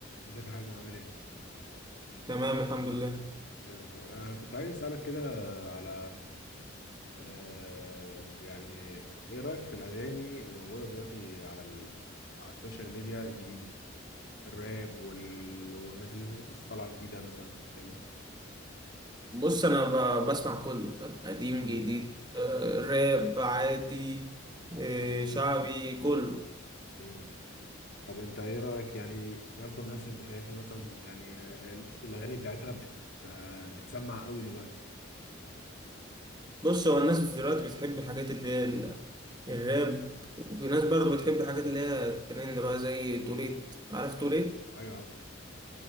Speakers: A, on the left (about 55°); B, on the right (about 20°).
A: ازيك يا حازم عامل ايه؟
B: تمام الحمد لله
A: ايه الاخبار؟ انا كنت عايز اسالك كده على آه يعني ايه رايك في الاغاني اللي موجوده دلوقتي على ال... على السوشيال ميديا الجديده الراب وال... والناس اللي لسه لسه طالعه جديده مثلا فاهمني؟
B: بص انا ب- بسمع كله فاهم قديم
A: مم.
B: جديد آه، راب عادي آه،
A: مم.
B: شعبي كله
A: مم. طب انت ايه رايك يعني ايه إيه اكتر ناس انت شايفها مثلا يعني آه، ال- الاغاني بتاعتها بت... آه بتسمع قوي دلوقتي
B: بص هو الناس دلوقتي بتحب الحاجات اللي هي ال- الراب وناس برضو بتحب الحاجات اللي هي الترند بقى زي توليت عارف توليت
A: ايوه عارف